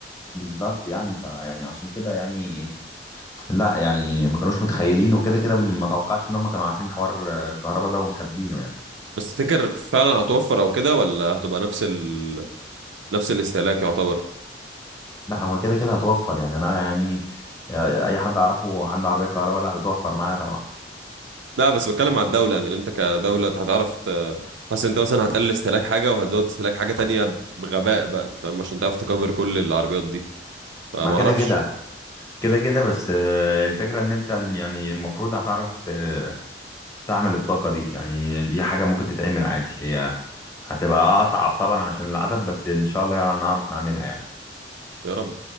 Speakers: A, on the left (about 15°); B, on the right (about 85°).
A: بالظبط يعني ف يعني عشان كده يعني لا يعني ما كانوش متخيلين وكده كده ما توقعش ان هم كانوا عارفين حوار آه، الكهرباء ده ومخبينه يعني
B: بس تفتكر فعلا هتوفر او كده ولا هتبقى نفس ال... نفس الاستهلاك يعتبر
A: لا هو كده كده هتوفر يعني انا يعني آه، اي حد اعرفه عنده عربية كهرباء لا بتوفر معاه طبعا
B: لا بس بتكلم على الدولة يعني انت كدولة هتعرف ت- حاسس انت مثلا هتقلل استهلاك حاجة وهتزود استهلاك حاجة تانية بغباء بقى فاهم عشان تعرف تكفر كل العربيات دي فما
A: ما كده
B: اعرفش
A: كده كده كده بس آه، الفكرة ان انت يعني المفروض هتعرف ت- تعمل الطاقة دي يعني دي حاجة ممكن تتعمل عادي هي هتبقى اصعب طبعا عشان العدد بس ان شاء الله يعني نعرف نعملها يعني
B: يا رب